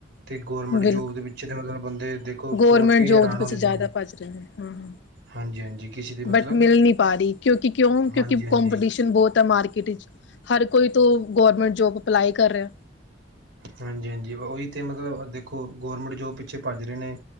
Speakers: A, on the right (about 75°); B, on the left (about 70°).
A: ਤੇ ਗਵਰਮੈਂਟ
B: ਬਿਲਕੁਲ
A: ਜੋਬ ਦੇ ਪਿੱਛੇ ਮਤਲਬ ਬੰਦੇ ਦੇਖੋ
B: ਗੌਰਮੈਂਟ
A: ਸੋਚ ਕੇ ਹੀ
B: ਜੋਬ
A: ਹੈਰਾਨ
B: ਦੇ ਪਿੱਛੇ
A: ਹੋ ਜਾਂਦੇ
B: ਜ਼ਿਆਦਾ
A: ਨੇ।
B: ਭੱਜ ਰਹੇ ਨੇ ਹਾਂ ਹਾਂ
A: ਹਾਂਜੀ-ਹਾਂਜੀ ਕਿਸੇ ਦੀ ਮਤਲਬ
B: ਬਟ ਮਿਲ ਨਹੀਂ ਪਾ ਰੀ ਕਿਉਂਕਿ ਕਿਉਂ-ਕਿਉਂਕਿ
A: ਹਾਂਜੀ-ਹਾਂਜੀ।
B: ਕਪੀਟੀਸ਼ਨ ਬਹੁਤ ਐ ਮਾਰਕੀਟ ਚ ਹਰ ਕੋਈ ਤੋਂ ਗੌਰਮੈਂਟ ਜੋਬ ਅਪਲਾਈ ਕਰ ਰਿਆ।
A: ਹਾਂਜੀ-ਹਾਂਜੀ ਉਹੀ ਤਾਂ ਮਤਲਬ ਦੇਖੋ ਗੌਰਮੈਂਟ ਜੋਬ ਪਿੱਛੇ ਭੱਜ ਰਹੇ ਨੇ।